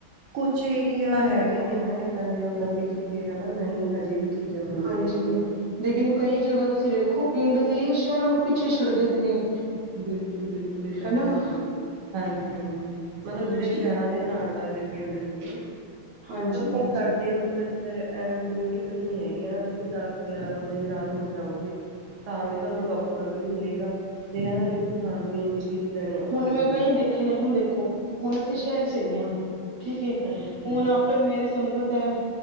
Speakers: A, on the right (about 75°); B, on the right (about 60°).
A: ਕੁਛ ਏਰੀਆ ਹੈਗੇ ਨੇ ਹਨਾ ਇੱਦਾਂ ਦੇ ਮਤਲਬ ਕਿ ਜਿੱਥੇ ਹਨਾ ਨਹੀਂ ਹਜੇ ਵੀ ਚੀਜ਼ਾਂ ਮਿਲਦੀਆਂ
B: ਹਾਂਜੀ
A: ਹੈਗੀਆਂ।
B: ਲੇਕਿਨ ਕਈ ਜਗ੍ਹਾ ਤੁਸੀਂ ਵੇਖੋ ਪਿੰਡ ਤੇ ਸ਼ਹਿਰਾਂ ਨੂੰ ਪਿੱਛੇ ਛੱਡਦੇ ਪਏ ਨੇ
A: ਬਿਲਕੁਲ ਬਿਲਕੁਲ ਇਹ ਤਾਂ
B: ਹਨਾ
A: ਗੱਲਤੀ ਹਾਂਜੀ ਹਾਂਜੀ ਮਤਲਬ
B: ਹਾਂਜੀ,
A: ਜਿਹੜੇ ਸ਼ਹਿਰਾਂ ਦੇ ਨਾਲ ਲੱਗਦੇ ਪਿੰਡ ਹੋ ਗਏ
B: ਹਾਂਜੀ ਹਾਂਜੀ
A: ਘ ਕਰਕੇ ਮਤਲਬ ਇੱਥੇ ਐਵੇਂ ਕੋਈ ਦਿੱਕਤ ਨੀ ਹੈਗੀ ਹੈ ਨਾ ਤੁਸੀਂ ਦਸ ਗਿਆਰਾਂ ਵਜੇ ਵੀ ਰਾਤ ਨੂੰ ਜਾਓਗੇ ਤਾਂ ਵੀ ਤੁਹਾਨੂੰ ਡਾਕਟਰ ਵੀ ਮਿਲੇਗਾ ਤੇ ਹਨਾ ਜੇ ਕੋਈ ਖਾਣ ਪੀਣ ਦੀ ਚੀਜ਼ ਲੈਣੀ ਆ ਉਹ
B: ਹੁਣ
A: ਵੀ
B: ਮੈਂ
A: ਮਿਲੇਗੀ।
B: ਕਈ ਦੇਖੇ ਨੇ ਹੁਣ ਦੇਖੋ ਹੁਣ ਅਸੀਂ ਸ਼ਹਿਰ ਚਗੇਏ ਹਾਂ ਠੀਕ ਏ
A: ਹਾਂਜੀ।
B: ਹੁਣ ਆਪ ਪਰ ਮੇਰੀ ਸਾਨੂੰ ਪਤਾ ਐ